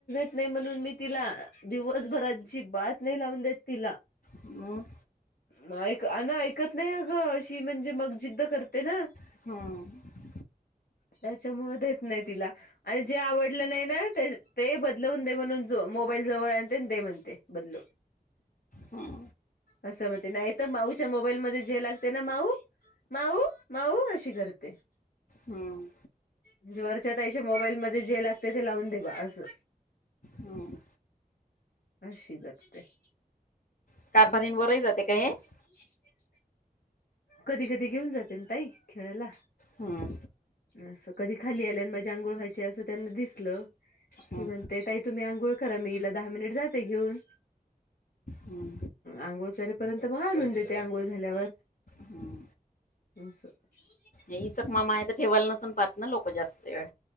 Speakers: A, on the left; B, on the left.
A: नाय म्हणून मी तिला दिवसभर अजिबात नाय लावून देत तिला.
B: हम्म
A: मग ऐक अ ना ऐकत नाही अ ग अशी म्हणजे मग जिद्द करते ना.
B: हम्म
A: त्याच्यामुळे देत नाही तिला आणि जे आवडलं नाही ना ते बदलवून दे म्हणून मोबाईल जवळ आणते अन दे म्हणते बदलून.
B: हं.
A: असं म्हणते. नाही तर माऊच्या मोबाईल मध्ये जे लागतय ना माऊ माऊ- माऊ अशी करते.
B: हम्म.
A: म्हणजे वरच्या ताईच्या मोबाईल मध्ये जे लागतंय, ते लावून दे बा असं.
B: हम्म
A: अशी गोष्ट हे.
B: <unintelligible>
A: <inaudible> कधी-कधी घेऊन जाते ना ताई खेळायला.
B: ह्म.
A: असं कधी खाली आल्या अन् माझी अंघोळ व्हायची असं त्यांना दिसलं
B: हम्म
A: की म्हणते ताई तुम्ही आंघोळ करा मी हिला दहा मिनिट जाते घेऊन.
B: हम्.
A: आंघोळ करेपर्यंत मग आणून देते आंघोळ झाल्यावर.
B: ह्म.
A: <inaudible>
B: इचक मामा आहे तर ठेवल नसन पाहत ना लोक जास्त. वेळ